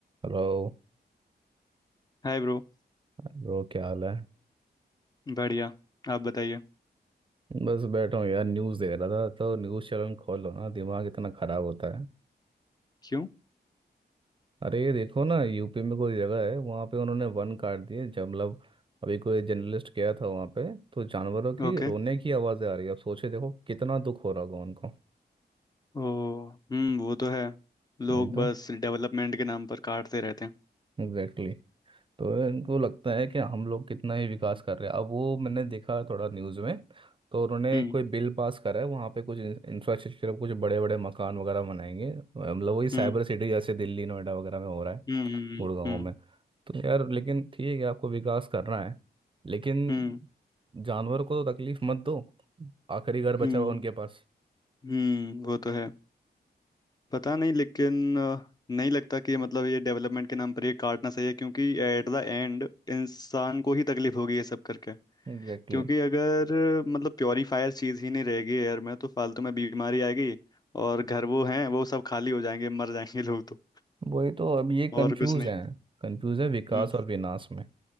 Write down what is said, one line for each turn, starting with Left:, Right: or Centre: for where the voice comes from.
Right: Hello
Left: हाय bro
Right: Bro क्या हाल है
Left: बढ़िया आप बताइए
Right: बस बैठा हूँ यार न्यूज़ देख रहा था तो न्यूज़ चैनल खोलो ना दिमाग इतना ख़राब होता है
Left: क्यों
Right: अरे ये देखो ना यूपी में कोई जगह है वहाँ पे उन्होंने वन काट दिए जब मतलब अभी कोई जर्नलिस्ट गया था वहाँ पे तो जानवरों की
Left: ओके
Right: रोने की आवाज़ें आ रही है अब सोचे देखो कितना दुख हो रहा होगा उनको
Left: ओ हम्म वो तो है लोग
Right: वही
Left: बस
Right: तो
Left: डेवलपमेंट के नाम पर काटते रहते हैं
Right: एग्जैक्टली तो इनको लगता है कि हम लोग कितना ही विकास कर रहे हैं अब वो मैंने देखा थोड़ा न्यूज़ में तो उन्होंने
Left: हम्म
Right: कोई बिल पास करा है वहाँ पे कुछ इंफ्रास्ट्रक्चर कुछ बड़े बड़े मकान वगैरह बनाएंगे मतलब वही साइबर
Left: हम्म
Right: सिटी जैसे दिल्ली नोएडा वगैरह में हो रहा है
Left: हम्म
Right: गुड़गांव
Left: हम्म
Right: में तो यार लेकिन ठीक है आपको विकास करना है लेकिन
Left: हम्म हम्म
Right: जानवर को तो तकलीफ मत दो आखिरी घर बचा
Left: हम्म
Right: हुआ
Left: हम्म,
Right: उनके पास
Left: हम्म, वो तो है पता नहीं लेकिन अ, नहीं लगता कि मतलब ये डेवलपमेंट के नाम पर ये काटना सही है क्योंकि एट द एंड इंसान को ही तकलीफ होगी ये सब करके
Right: Exactly
Left: क्योंकि
Right: exactly.
Left: अगर मतलब प्योरीफायर चीज ही नहीं रहेगी एयर में तो फालतू में बीमारी आएगी और घर वो हैं वो सब खाली हो जाएंगे मर जाएंगे लोग तो
Right: वही तो अब ये
Left: और
Right: कंफ्यूज
Left: कुछ नहीं
Right: है कंफ्यूज है विकास
Left: हम्म
Right: और विनाश में